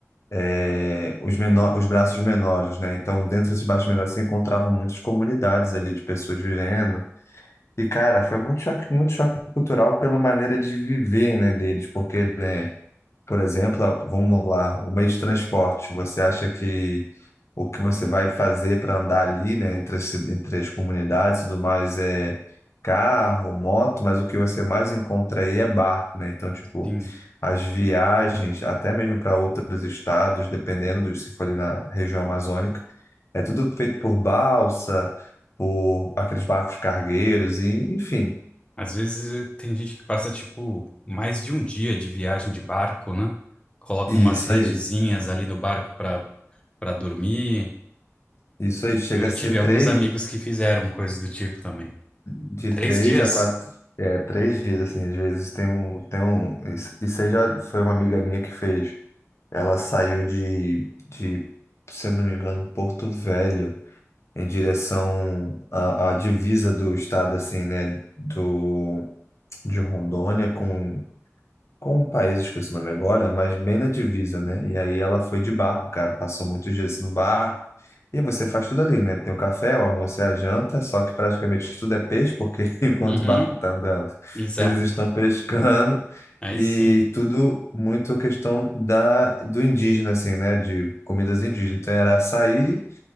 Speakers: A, on the left; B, on the left.
A: eh, os, menor, os braços menores, né? Então, dentro desses braços menores, você encontrava muitas comunidades ali de pessoas vivendo. E, cara, foi muito choque, muito choque cultural pela maneira de viver, né, deles, porque, né? Por exemplo, a- vamos lá, o meio de transporte. Você acha que o que você vai fazer para andar ali, né, entre as, ci- entre as comunidades e tudo mais é carro, moto, mas o que você mais encontra aí é barco, né? Então, tipo,
B: Sim.
A: as viagens, até mesmo para outros estados, dependendo de se for ali na região amazônica, é tudo feito por balsa, por aqueles barcos cargueiros, e, enfim,
B: Às vezes eh, tem gente que passa, tipo, mais de um dia de viagem de barco, né? Coloca
A: isso
B: umas redezinhas
A: aí.
B: ali no barco para para dormir.
A: Isso aí chega
B: Eu
A: a ser
B: tive alguns
A: três.
B: amigos que fizeram coisas do tipo também.
A: de
B: Três
A: três
B: dias?
A: a quatro, é, três dias, assim, às vezes tem um, tem um, e você já foi uma amiga minha que fez, ela saiu de, de, se eu não me engano, Porto Velho, em direção à, à divisa do estado, assim, né, do, de Rondônia com, com um país, eu esqueci o nome agora, mas bem na divisa, né? E aí ela foi de barco, cara, passou muitos dias no barco. E você faz tudo ali, né? Tem o café, o almoço e a janta, só que praticamente tudo é peixe, porque <laughs> enquanto
B: Uhum,
A: o barco está andando,
B: exato.
A: eles estão pescando.
B: Aí
A: E
B: sim.
A: tudo muito questão da, do indígena, assim, né? De comidas indígenas. Então era açaí,